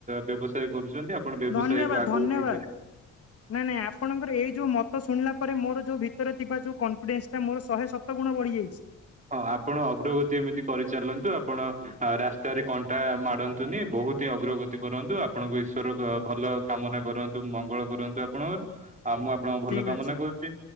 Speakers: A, on the right; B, on the left.
A: ବ୍ୟବସାୟ କରୁଛନ୍ତି। ଆପଣ ବ୍ୟବସାୟକୁ
B: ଧନ୍ୟବାଦ
A: ଆଗକୁ
B: ଧନ୍ୟବାଦ।
A: ନେଇ
B: ନାଇଁ ନାଇଁ ଆପଣଙ୍କର ଏଇ ଯୋଉ ମତ ଶୁଣିଲା ପରେ ମୋର ଯୋଉ ଭିତରେ ଥିବା ଯୋଉ କନଫିଡେନ୍ସ ଟା ମୋ ଶହେ ସତ ଗୁଣ ବଢିଯାଇଛି।
A: ହଁ ଆପଣ ଅଗ୍ରଗତି ଏମିତି କରିଚାଲନ୍ତୁ ଆପଣ ରାସ୍ତାରେ କଣ୍ଟା ମାଡ଼ନ୍ତୁନି ବହୁ ବହୁତ ହିଁ ଅଗ୍ରଗତି କରନ୍ତୁ। ଆପଣଙ୍କୁ ଈଶ୍ଵର ଭଲ କାମନା କରନ୍ତୁ ମଙ୍ଗଳ କରନ୍ତୁ ଆପଣଙ୍କ। ଆଉ ମୁଁ ଆପଣଙ୍କ ଭଲ
B: ଠିକ
A: କାମନା
B: ଅଛି
A: କରୁଛି